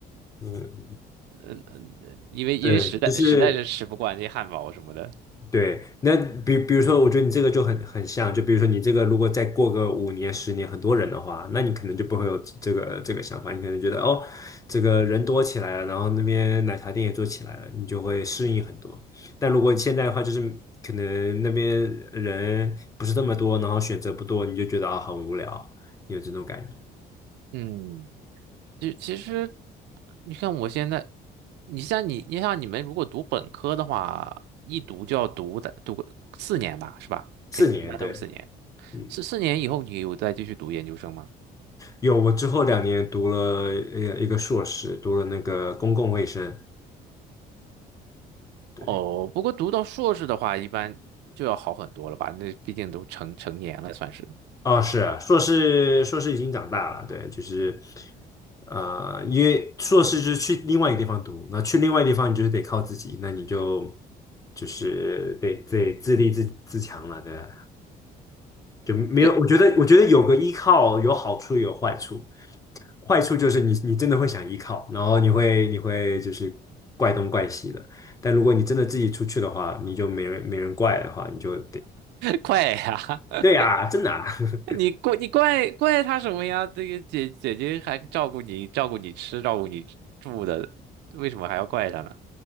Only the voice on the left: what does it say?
嗯，
对，就是。对，那比比如说，我觉得你这个就很很像，就比如说你这个如果再过个五年、十年，很多人的话，那你可能就不会有这个这个想法，你可能觉得哦，这个人多起来了，然后那边奶茶店也做起来了，你就会适应很多。但如果现在的话，就是可能那边人不是那么多，然后选择不多，你就觉得啊很无聊，有这种感觉。
四年，
对。嗯，
有，我之后两年读了一个一个硕士，读了那个公共卫生，对，
哦，是啊硕士，硕士已经长大了，对，就是，呃，因为硕士就是去另外一个地方读，那去另外一个地方，你就是得靠自己，那你就就是得得自立自自强了，对啊，就没有，
我觉得我觉得有个依靠有好处也有坏处，坏处就是你你真的会想依靠，然后你会你会就是怪东怪西的，但如果你真的自己出去的话，你就没人没人怪的话，你就得，
对呀，真的啊 <laughs>